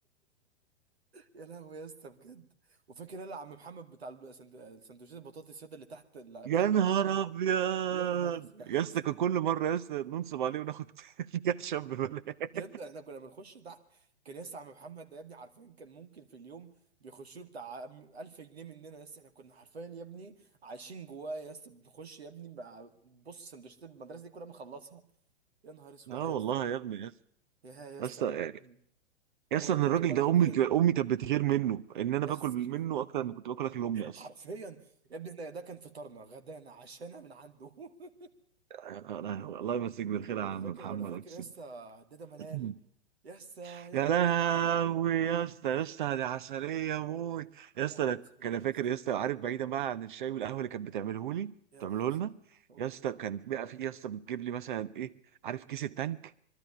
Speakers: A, on the right; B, on the right.
A: يا لهوي يا اسطى بجد وفاكر انا عم محمد بتاع السند- السندوتشات البطاطس ياد اللي تحت اللي
B: يا
A: بتاع الكانتين
B: نهار ابيض
A: يا نهار اسود يا
B: يا اسطى
A: اسطى
B: كان كل مره يا اسطى ننصب عليه وناخد <laughs> كاتشب ببلاش
A: ياد احنا كنا بنخش تحت كان يا اسطى عم محمد ده يا ابني عارفين كان ممكن في اليوم بيخش له بتاع 1000 جنيه مننا يا اسطى احنا كنا حرفيا يا ابني عايشين جواه يا اسطى بنخش يا ابني بقى- بص سندوتشات المدرسه دي كلها بنخلصها يا نهار اسود
B: اه
A: يا اسطى
B: والله يا ابني يا اسطى
A: يا يا اسطى
B: يا اسطى
A: ايام
B: يعني- يا
A: ولا
B: اسطى ان
A: فاكر
B: الراجل
A: ولا
B: ده
A: فاكر
B: امي امي كانت بتغير منه ان انا
A: يا
B: باكل
A: اسطى
B: منه اكتر من كنت باكل اكل امي اصلا
A: حرفيا يا ابني احنا ده كان فطارنا غدانا عشانا من عنده <laughs>
B: أنا- الله يمسيك بالخير يا
A: ولا
B: عم
A: فاكر
B: محمد
A: ولا فاكر
B: اقسم
A: يا اسطى هداده منال
B: <laughs>
A: يا اسطى يا
B: يا
A: نهار
B: لهوي
A: اسود
B: يا اسطى يا اسطى دي عسليه موت
A: يا
B: يا اسطى
A: نهار
B: انا ك-
A: اسوح
B: انا
A: يا
B: فاكر
A: اسطى
B: يا اسطى عارف بعيدا بقى عن الشاي والقهوه اللي كانت بتعمله لي
A: يا
B: بتعمله
A: نهار اسود
B: لنا
A: قول.
B: يا اسطى كان بقى في يا اسطى بتجيب لي مثلا ايه عارف كيس التانك